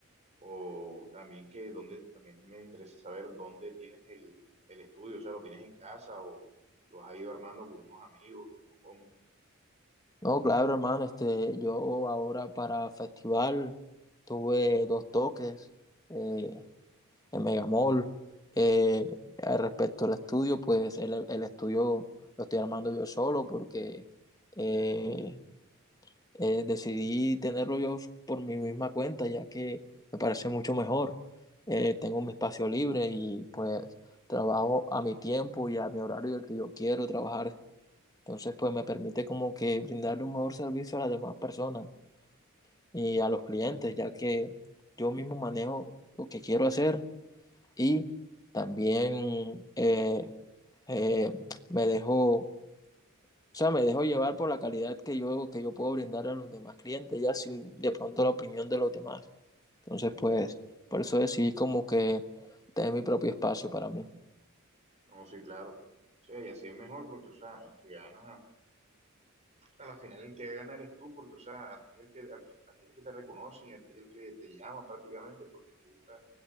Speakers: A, on the right; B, on the left.
A: o también que dónde, también me interesa saber dónde tienes el, el estudio, o sea, lo tienes en casa o lo has ido armando con unos amigos o cómo.
B: No, claro, hermano, este, yo ahora para festival tuve dos toques. Eh, en Megamall. Eh, eh, respecto al estudio, pues el, el, estudio lo estoy armando yo solo porque eh, eh, decidí tenerlo yo por mi misma cuenta, ya que me parece mucho mejor. Eh, tengo mi espacio libre y pues trabajo a mi tiempo y a mi horario el que yo quiero trabajar. Entonces, pues me permite como que brindarle un mejor servicio a las demás personas y a los clientes, ya que yo mismo manejo lo que quiero hacer y también eh, eh, me dejó... O sea, me dejo llevar por la calidad que yo, que yo puedo brindar a los demás clientes, ya sin de pronto la opinión de los demás. Entonces, pues, por eso decidí como que tener mi propio espacio para mí.
A: No, sí, claro. O sea, y así es mejor porque, o sea, el que gana, a la final el que gana eres tú porque, o sea, a ti es el que, al que- a ti es el que te reconocen, a ti es el que te llaman prácticamente porque te gusta,